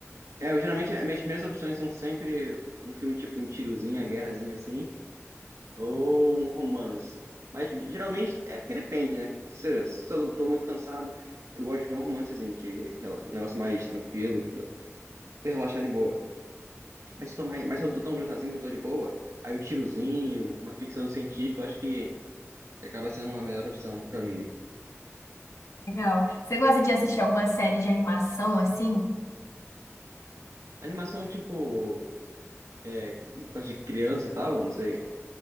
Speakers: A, on the right; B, on the left.
A: É, eu geralmente, as minhas primeiras opções são sempre um filme tipo um tirozinho, uma guerrazinha assim, Ou um romance. Mas geralmente é porque depende, né? Se, se eu tô muito cansado, eu gosto de ver um romancezinho, que é rela- um negócio mais tranquilo, que dá pra relaxar de boa. Mas se eu tô mais, mas se eu não tô tão cansadinho, se eu tô de boa, aí um tirozinho, uma ficção científica, eu acho que acaba sendo a melhor opção pra mim.
B: Legal. Você gosta de assistir alguma série de animação assim?
A: Animação tipo, é, gosto de criança e tal, não sei.